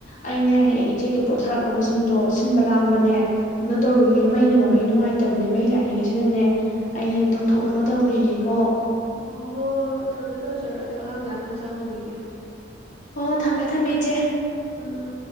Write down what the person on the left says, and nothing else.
ꯑꯩꯅ ꯍꯌꯦꯡ ꯆꯦꯛꯒꯤ ꯄꯣꯠ ꯊꯥꯔꯛꯅꯕꯁꯤꯡꯗꯣ ꯁꯤꯟꯕ ꯂꯥꯡꯕꯅꯦ ꯑꯝꯇ ꯇꯧꯔꯨꯈꯤꯒꯦ ꯃꯩꯅ ꯉ ꯃꯩ ꯅꯨꯡꯉꯥꯏꯇꯕꯅꯦ ꯃꯩ ꯂꯥꯛꯑꯦ ꯑꯌꯤꯡꯁꯤꯗꯅꯦ ꯑꯩꯅ ꯇꯧꯊꯣꯛꯅꯕ ꯇꯧꯔꯨꯈꯤꯒꯦꯀꯣ
ꯑꯣ ꯊꯝꯃꯦ ꯊꯝꯃꯦ ꯏꯆꯦ